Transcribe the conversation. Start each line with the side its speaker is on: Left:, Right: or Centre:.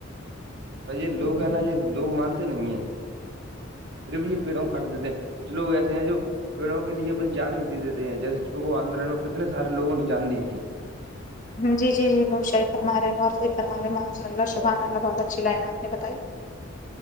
Right: ب یہ لوگ ہے نا یہ لوگ مانتے نہیں ہیں پھر بھی یہ پیڑوں کاٹ دیتے ہیں کچھ لو ایسے ہیں جو پیڑوں کے لیے اپنی جان بھی دے دیتے ہیں جیسے آندولن میں کتنے سارے لگوں نے جان دی تھی
Left: جی جی جی وہوب شاہی فرماے ہیں بہت صی فرماے ماشاء اللہ شبحان اللہ بہت اچھی لائن آپ نے بتائی